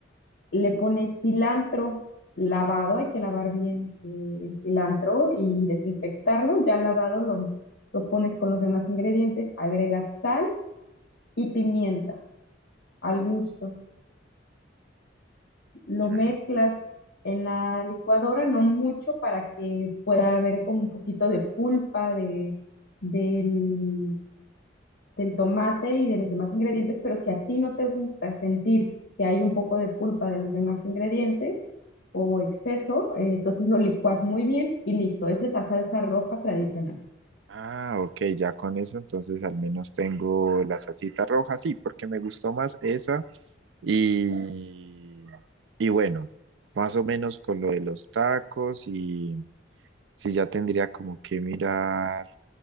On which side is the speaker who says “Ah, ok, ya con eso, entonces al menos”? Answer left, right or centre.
Right